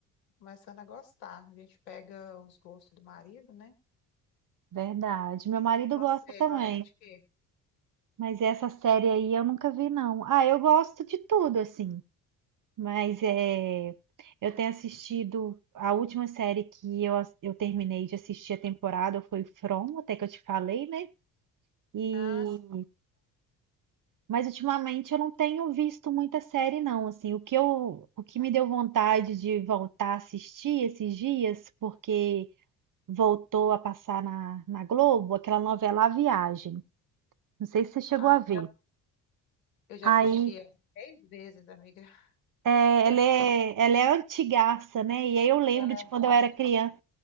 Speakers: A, on the left; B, on the right.
A: começando a gostar. A gente pega os gostos do marido, né?
B: Verdade. Meu marido
A: E você,
B: gosta também.
A: gosta de quê?
B: Mas essa série aí eu nunca vi, não. Ah, eu gosto de tudo, assim. Mas é, eu tenho assistido. A última série que eu, ass- eu terminei de assistir a temporada foi From, até que eu te falei, né? E,
A: Ah, sim.
B: mas ultimamente eu não tenho visto muita série, não. Assim, o que eu, o que me deu vontade de voltar a assistir esses dias, porque voltou a passar na, na Globo, aquela novela A Viagem. Não sei se você chegou
A: Ah,
B: a ver.
A: Eu já
B: Aí.
A: assisti ela três vezes, amiga.
B: É,
A: Eu,
B: ela
A: nem-
B: é, ela é antigaça, né? E aí eu lembro
A: ela
B: de
A: é muito
B: quando eu era
A: antiga.
B: criança.